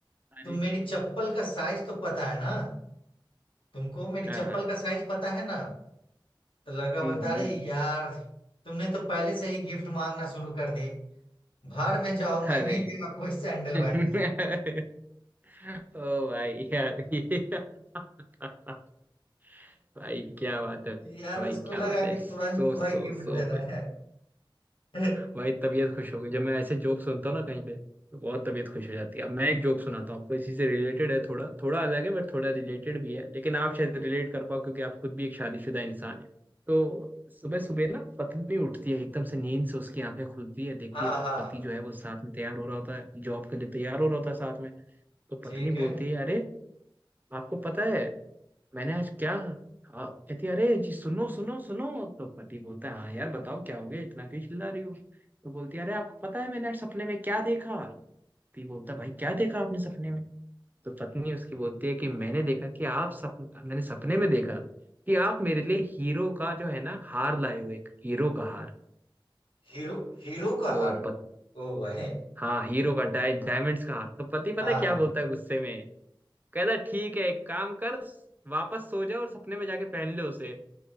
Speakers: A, on the right (about 20°); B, on the left (about 75°).
A: अरे
B: तुम मेरी चप्पल का साइज तो पता है ना तुमको मेरी चप्पल
A: हाँ हाँ
B: का साइज पता है ना तो लड़का बोलता
A: हम्म हम्म
B: अरे यार तुमने तो पहले से ही गिफ्ट मांगना शुरू कर दिए बाहर में जाओ
A: अरे
B: मैं नहीं दे रहा कोई सैंडल वैंडल
A: <laughs> ओ भाई यार ये <laughs> भाई क्या बात है
B: <laughs> यार
A: भाई
B: उसको
A: क्या
B: लगा
A: बात है
B: कि
A: सो
B: तुरंत भाई
A: सो
B: गिफ्ट
A: सो
B: देना है <laughs>
A: भाई तबीयत खुश हो गई जब मैं ऐसे जोक सुनता हूँ ना कहीं पे तो बहुत तबीयत खुश हो जाती है अब मैं एक जोक सुनाता हूँ आपको इसी से रिलेटेड है थोड़ा थोड़ा अलग है बट थोड़ा रिलेटेड भी है लेकिन आप शायद रिलेट कर पाओ क्योंकि आप खुद भी एक शादीशुदा इंसान है तो सुबह सुबह ना पत्नी उठती है एकदम से नींद से उसकी आंखें खुलती है देखती
B: हाँ
A: है
B: हाँ
A: पति जो है वो साथ में तैयार हो रहा होता है जॉब के लिए तैयार हो रहा होता है साथ में तो पत्नी
B: ठीक है
A: बोलती है अरे आपको पता है मैंने आज क्या हाँ, कहती है, अरे जी सुनो सुनो सुनो तो पति बोलता है हाँ यार बताओ क्या हो गया इतना क्यों चिल्ला रही हो तो बोलती है अरे आपको पता है मैंने आज सपने में क्या देखा पति बोलता है, भाई क्या देखा आपने सपने में तो पत्नी उसकी बोलती है कि मैंने देखा कि आप सप मैंने सपने में देखा कि आप मेरे लिए हीरो का जो है ना हार लाए हो एक हीरो का हार
B: हीरो हीरो का
A: तो
B: हार
A: पत,
B: ओ भाई
A: हाँ हीरो का डाय डायमंड्स का हार तो पति पता
B: हाँ
A: है क्या
B: हाँ
A: बोलता है गुस्से में कहता है, ठीक है एक काम कर वापस सो जा और सपने में जाके पहन ले उसे